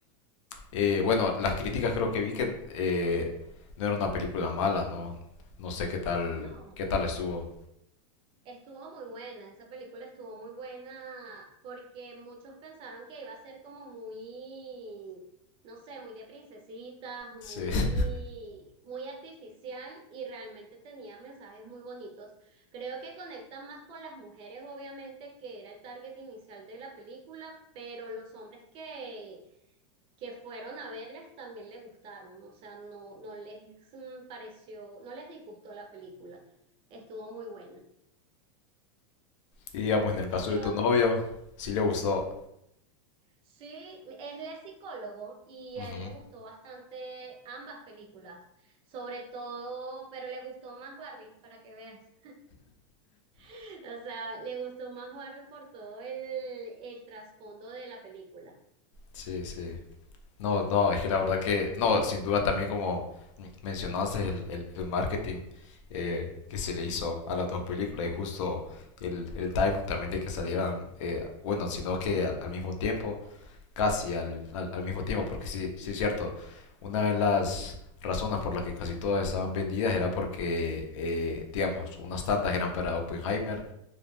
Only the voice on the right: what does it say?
No.
Estuvo muy buena, esa película estuvo muy buena porque muchos pensaron que iba a ser como muy, no sé, muy de princesitas, muy,
muy artificial y realmente tenía mensajes muy bonitos. Creo que conectan más con las mujeres, obviamente, que era el target inicial de la película, pero los hombres que, que fueron a verlas también les gustaron, o sea, no, no les mm, pareció, no les disgustó la película. Estuvo muy buena.
¿Y
qué
Sí, él es psicólogo y
a él le gustó bastante ambas películas, sobre todo, pero le gustó más Barbie, para que veas. <laughs> O sea, le gustó más Barbie por todo el, el trasfondo de la película